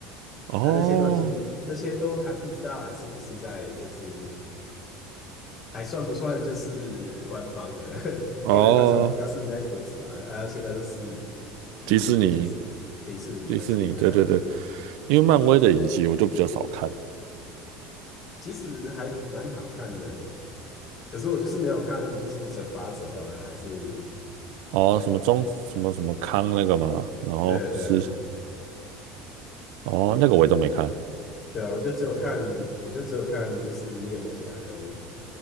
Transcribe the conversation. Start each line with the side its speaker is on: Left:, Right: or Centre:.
Right: 哦
Left: 啊，那些都已经那些都还不知道还是不是在就是还算不算就是官方的？<laughs>
Right: 哦，
Left: 因为它从它是 Netflix 嘛，啊，现在都是以就是迪士尼为主，
Right: 迪士尼，迪士尼，
Left: 对啊，
Right: 对对对，因为漫威的影集我就比较少看。
Left: 其实还蛮好看的。可是我就是没有看，就是惩罚者啊，还是
Right: 哦，什么中什么什么康那个嘛，然后是
Left: 对啊对啊
Right: 哦那个我也都没看。
Left: 对啊，我就只有看，我就只有看就是夜魔侠跟